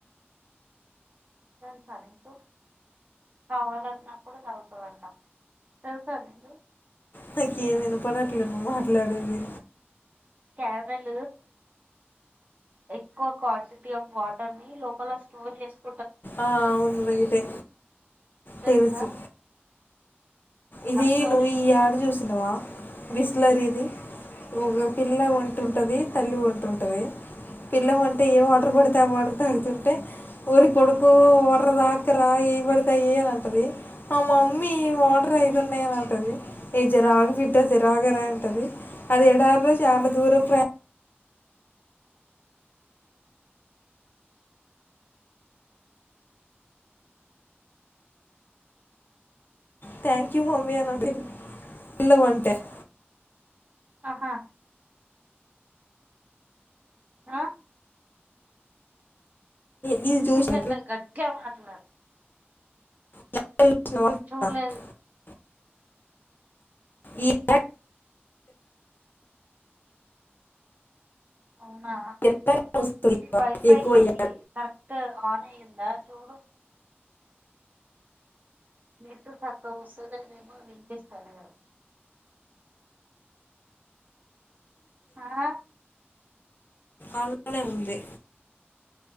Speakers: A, on the right (about 40°); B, on the left (about 50°).
A: తెలుసా నీకు కావాలన్నప్పుడు తగుతాడంట తెలుసా నీకు
B: నాకేమినపడట్లేదు మాట్లాడేది
A: క్యామెల్ ఎక్కువ క్వాంటిటీ ఆఫ్ వాటర్ ని లోపల స్టోర్ చేసుకు
B: ఆ అవును రైట్ ఏ
A: తెలుసా
B: తెల్సు ఇది
A: ఆ స్టోర్
B: నువ్వు
A: చేసుకునే
B: ఈ ఏడ చూసినవా బిస్లరి ఇది ఒక పిల్ల ఒంటె ఉంటుంది తల్లి ఒంటె ఉంటుది పిల్ల ఒంటె ఏ వాటర్ పడతాయి వాటర్ తాకుతుంటే ఊరి కొడుకు వర్ర దాక్కరా ఏ పడతా ఏ అని అంటది ఆ మమ్మీ వాటర్ అయి న్నాయిని అంటది ఏ జర అగు బిడ్డ జర అగు రా అని అంటది అది ఎడారులో చాలా దూరం ప్రయా థ్యాంక్ యూ మమ్మీన ఇళ్ళ ఒంటె <unintelligible>
A: ఆహా ఆ
B: ఇది
A: వినిపించట్లే
B: చూసిన
A: గట్టిగా మాట్లాడు
B: <unintelligible>
A: చూడలేదు
B: ఇ <unintelligible>
A: అవునా
B: ఎంత వస్తుంది
A: ఇది వైఫై
B: ఎక్కువ అయ్యాక?
A: కరెక్ట్ ఆన్ అయ్యిందా చూడు నెట్ సక్కగా వస్తలేదేమో వినిపిస్తలేదు ఆ
B: అర్ళనే ఉందే